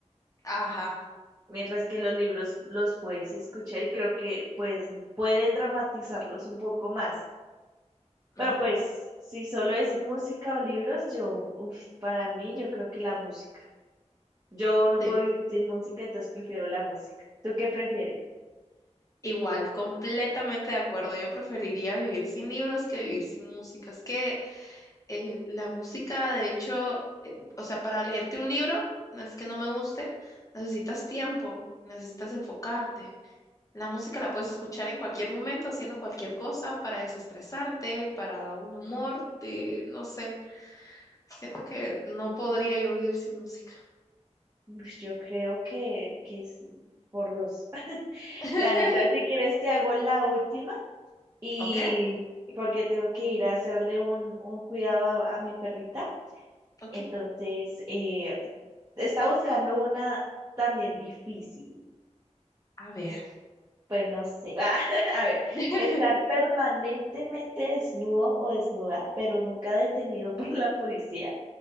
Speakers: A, on the left; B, on the right.
A: Ajá.
B: mientras que los libros los puedes escuchar y creo que pues pueden dramatizarlos un poco más. Pero
A: ujú,
B: pues si solo es música o libros, yo, uf, para mí yo creo que la música. Yo no
A: sí,
B: puedo vivir sin música, entonces prefiero la música. ¿Tú qué prefieres?
A: Igual, completamente de acuerdo. Yo preferiría vivir sin libros que vivir sin música. Es que eh, la música, de hecho, eh, o sea, para leerte un libro, no es que no me guste, necesitas tiempo, necesitas enfocarte. La música la puedes escuchar en cualquier momento, haciendo cualquier cosa, para desestresarte, para un humor, de, no sé. Siento que no podría yo vivir sin música.
B: Ush, yo creo que, que sí, por dos. <laughs>
A: <laughs>
B: Dale, entonces si quieres te hago la última y
A: ¿Ok?
B: porque tengo que ir a hacerle un, un cuidado a, a mi perrita.
A: Ok.
B: Entonces, eh, está buscando una también difícil.
A: A ver.
B: Pues no sé. <laughs> A ver,
A: <laughs>
B: estar permanentemente desnudo o desnuda, pero nunca detenido <laughs> por la policía.